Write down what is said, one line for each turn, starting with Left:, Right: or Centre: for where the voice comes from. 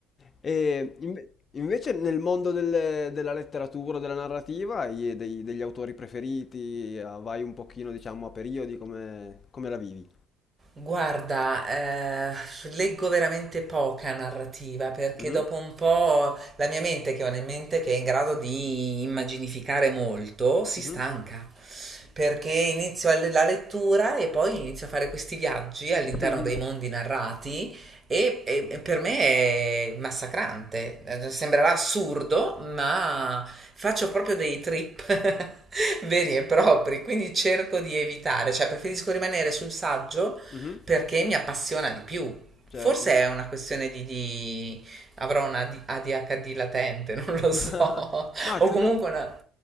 Left: E inve- invece nel mondo del- della letteratura, della narrativa, hai dei- degli autori preferiti? Ah, Vai un pochino, diciamo, a periodi, come, come la vivi?
Right: Guarda, eh, leggo veramente poca narrativa perché
Left: Mhm,
Right: dopo un po' la mia mente, che è una mente che è in grado di immaginificare molto, si
Left: mhm,
Right: stanca. Perché inizio a le- la lettura e poi inizio a fare questi viaggi all'interno
Left: <laughs> mhm,
Right: dei mondi narrati e, e- e per me è massacrante, Eh, sembrerà assurdo, ma faccio proprio dei trip <laughs> veri e propri, quindi cerco di evitare, cioè preferisco rimanere sul saggio
Left: mhm.
Right: perché mi appassiona di più.
Left: Certo.
Right: Forse è una questione di, di- avrò una ADHD latente, <laughs> non lo
Left: <laughs>
Right: so, <laughs>
Left: Ma
Right: o
Left: credo
Right: comunque una,